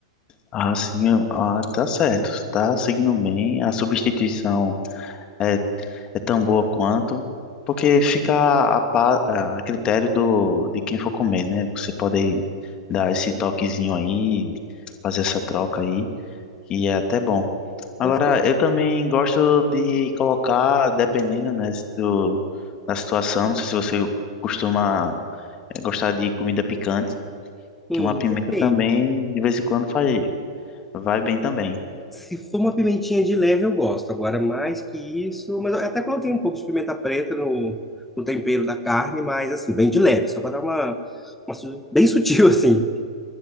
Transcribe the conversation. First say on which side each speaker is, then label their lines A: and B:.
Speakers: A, on the left; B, in the centre.
A: Ah, sim, ah, tá certo, tá seguindo bem. A substituição é é tão boa quanto, porque fica a, pa- a critério do, de quem for comer, né? Você pode dar esse toquezinho aí, fazer essa troca aí, que é até bom. Agora,
B: Vai ser.
A: eu também gosto de colocar, dependendo, né, do, da situação, não sei se você costuma eh, gostar de comida picante,
B: Hum,
A: que uma pimenta
B: depende.
A: também, de vez em quando, faz, vai bem também.
B: Se for uma pimentinha de leve, eu gosto. Agora, mais que isso. Mas eu até coloquei um pouco de pimenta preta no, no tempero da carne, mas assim, bem de leve, só para dar uma, uma su- bem sutil, <laughs> assim.